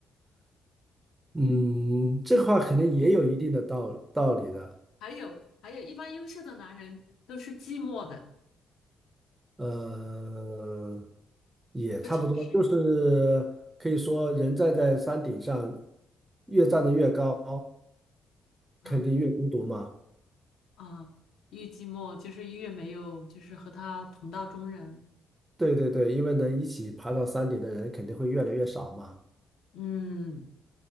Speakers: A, on the right; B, on the left.
A: 嗯，这话肯定也有一定的道道理的，
B: <laughs> 还有还有一般优秀的男人都是寂寞的，
A: 呃，也差不多，
B: 不仅是。
A: 就是可以说人站在山顶上，越站得越高，
B: 嗯，
A: 肯定越孤独嘛。
B: 啊，越寂寞就是越没有，就是和他同道中人。
A: 对对对，因为能一起爬到山顶的人肯定会越来越少嘛，
B: 嗯，